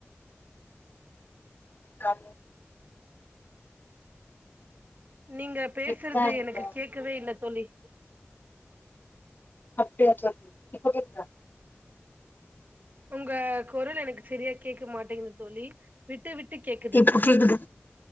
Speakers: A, on the left (about 45°); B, on the right (about 40°).
A: ஆ
B: நீங்க பேசுறது
A: இப்பதான் எங்க
B: எனக்கு கேக்க கேக்கவே இல்ல தோழி
A: அப்படியா தோழி இப்ப கேக்குதா
B: உங்க குரல் எனக்கு சரியா கேட்க மாட்டேங்குதுங்க தோழி விட்டு விட்டு கேக்குது
A: இப்போ கேக்குது